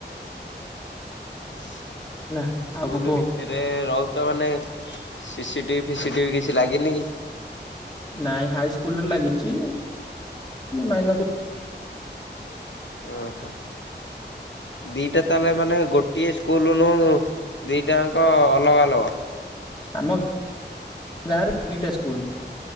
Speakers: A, on the left; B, on the left.
A: ହଁ
B: ହେଲା
A: ସ୍କୁଲ
B: ଆଉ କଣ କୁହ
A: ଭିତରେ ରହୁ ଚ ମାନେ ସିସି ଟିଭି ଫିସି ଟିଭି କିଛି ଲାଗିନି କି?
B: ନାଇଁ ହାଇ ସ୍କୁଲରେ ଲାଗିଚି ମାଇନର୍
A: ଓ ହୋ। ଦିଟା ତାହେଲେ ମାନେ ଗୋଟିଏ ସ୍କୁଲ ନୁହ ଦିଟାଙ୍କ ଅଲଗା ଅଲଗା।
B: ଆମ ଗାଁରେ ତିନିଟା ସ୍କୁଲ